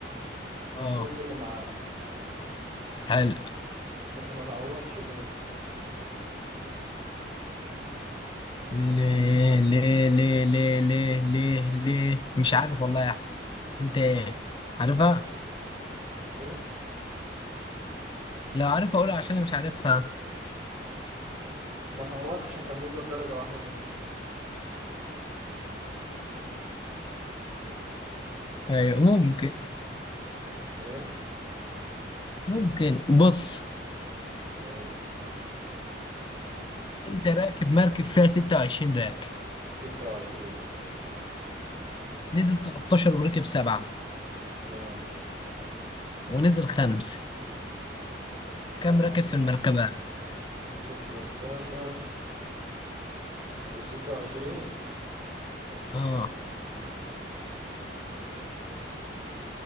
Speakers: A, on the right; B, on the left.
A: من
B: اه
A: فوق السلم عالي
B: حلو
A: بس ما تعورش ليه
B: ليه ليه ليه ليه ليه ليه ليه مش عارف والله يا احمد انت ايه عارفها
A: إيه
B: لا عارفها اقولها عشان انا مش عارفها
A: ما تعورش عشان كان بينزل درجة واحدة بس
B: <laughs> ايوه ممكن
A: إيه
B: ممكن بص
A: بس إيه
B: انت راكب مركب فيها 26 راكب
A: ستة وعشرين
B: نزل 13 وركب سبعة
A: ماشي
B: ونزل خمسة
A: ماشي
B: كم راكب في المركبة
A: نزل تلاتاشر من الستة وعشرين
B: اه
A: ماشي